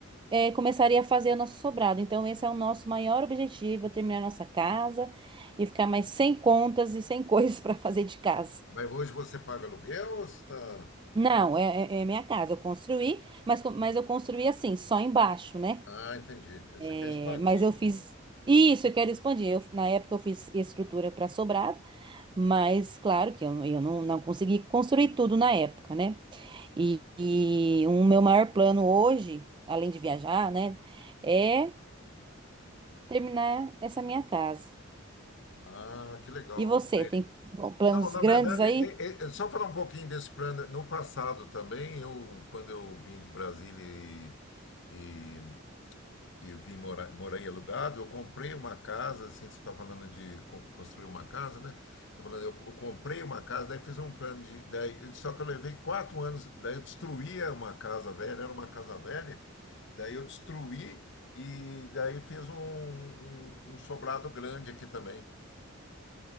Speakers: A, on the right; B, on the left.
A: é, começaria a fazer o nosso sobrado. Então, esse é o nosso maior objetivo, é terminar nossa casa e ficar mais sem contas e sem <laughs> coisas para fazer de casa.
B: Mas hoje você paga aluguel ou você está...
A: Não, é, é- é minha casa. Eu construí, mas, co- mas eu construí assim, só embaixo, né?
B: Ah, entendi. Então, Você quer
A: É,
B: expandir,
A: mas eu
B: então.
A: fiz. Isso, eu quero expandir. Eu- na época eu fiz estrutura para sobrado, mas claro que eu, não- eu não, não consegui construir tudo na época, né? E, e o meu maior plano hoje, além de viajar, né, é terminar essa minha casa.
B: Ah, que legal.
A: E você, tem
B: É.
A: planos
B: Não, na
A: grandes
B: verdade,
A: aí?
B: é, é- é só falar um pouquinho desse plano. No passado também, eu, quando eu vim de Brasília e, e, e vim morar, morei alugado, eu comprei uma casa, assim, você está falando de con- construir uma casa, né? Tá falando, eu, eu comprei uma casa, daí fiz um plano de... Daí, só que eu levei quatro anos, daí eu destruía uma casa velha, era uma casa velha, daí eu destruí e daí fiz um, um um sobrado grande aqui também.